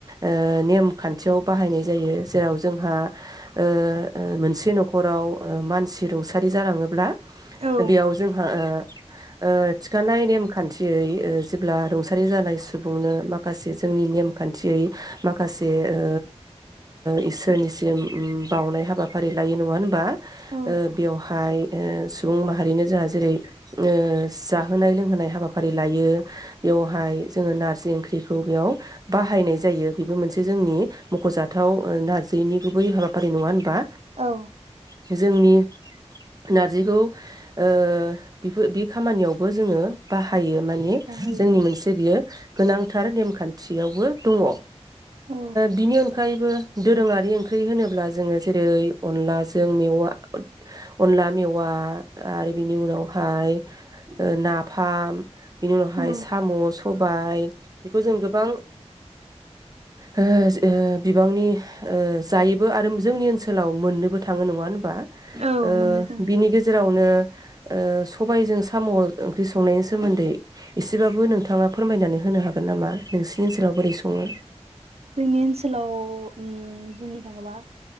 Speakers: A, on the right; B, on the right.
A: ओ नेम खान्थियाव बाहायनाय जायो जेराव जोंहा ओ मोनसे न'खराव मानसि रुंसारि जालाङोब्ला बेयाव
B: औ
A: जोंहा ओ थिखानाय नेमखान्थियै जेब्ला रुंसारि जानाय सुबुंनो माखासे जोंनि नेमखान्थियै माखासे ओ ओइसोरनिसिम ओ बावनाय हाबाफारि लायो नङा होनबा
B: औ
A: ओ बेवहाय ओ सुबुं माहारिनो जाहा जेरै जाहोनाय लोंहोनाय हाबाफारि लायो बेवहाय जोङो नारजि ओंख्रिखौ बेयाव बाहायनाय जायो बेबो मोनसे जोंनि मख'जाथ गोथाव नारजिनि गुबै हाबाफारि नङा होनबा
B: औ
A: ओ जोंनि नारजिखौ ओ बेबोर बे खामानियावबो जोङो बाहायो माने
B: बाहायो
A: जोंनि मोनसे बियो गोनांथार नेमखान्थियावबो दङ
B: औ
A: बिनि अनगायैबो दोरोङारि ओंख्रि होनोब्ला जोङो जेरै अनलाजों मेवा अनला मेवा आरो बिनि उनावहाय ओ नाफाम बिनि उनावहाय
B: औ
A: साम' स सबाय बेखौ जों गोबां ओ ओ बिबांनि ओ जायोबो आरो जोंनि ओनसोलाव मोननोबो थाङो नङा होनबा बा
B: औ
A: ओ
B: मोननो थाङो
A: बिनि गेजेरावनो ओ सबायजों साम' ओंख्रि संनायनि सोमोन्दै एसेबाबो नोंथाङा फोरमायनानै होनो हागोन नामा नोंसिनि ओनसोलाव बोरै सङो
B: जोंनि ओनसोलाव उम बुंनो थाङोबा